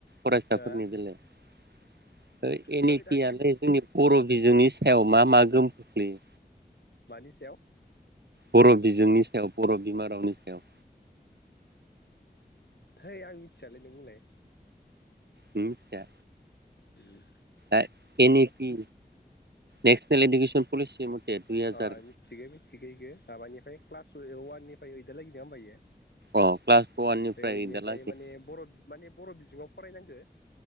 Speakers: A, on the right (about 80°); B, on the left (about 80°).
A: फरायसाफोरनि
B: हो
A: बेलायाव ओ एन
B: हैद
A: इ
B: आं
A: पि
B: एन
A: आलै जोंनि बर' बिजोंनि सायाव मा-मा गोहोम खोख्लैयो।
B: मानि सायाव?
A: बर' बिजोंनि सायाव बर' बिमा रावनि सायाव।
B: थोय आं मिथियालै नों बुंलाय।
A: नों मिथिया।
B: उम।
A: ओ N E P national education जों पलिसि दुइ हाजार
B: ओ मिथिगो मिथिगो इखो माबानिफ्राय क्लास अवाइज अवाननि फ्राय ओइदालागै नोङा होनबा इयो।
A: अ क्लास वाननिफ्राय
B: ओ इनिफ्राय
A: दालागै
B: माने बर' माने बर' बिजोङाव फरायनांगो।